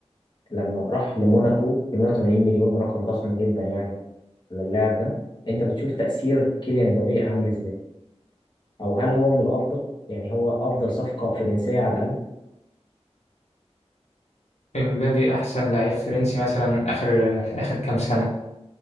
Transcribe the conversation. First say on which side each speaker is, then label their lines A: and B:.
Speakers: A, on the left (about 40°); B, on the left (about 75°).
A: لما راح لموناكو ب 180 مليون رقم ضخم جدا يعني على اللاعب ده انت بتشوف تاثير كيليان امبابي عامل ازاي او هل هو من الافضل يعني هو افضل صفقه فرنسيه على الاقل
B: امبابي احسن لعيب فرنسي مثلا اخر في اخر كام سنه